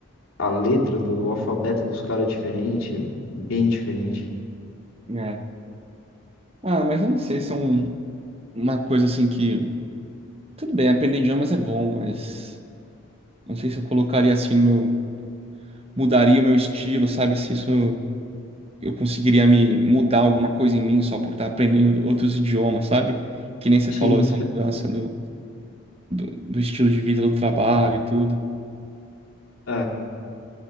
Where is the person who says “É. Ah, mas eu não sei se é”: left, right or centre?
Right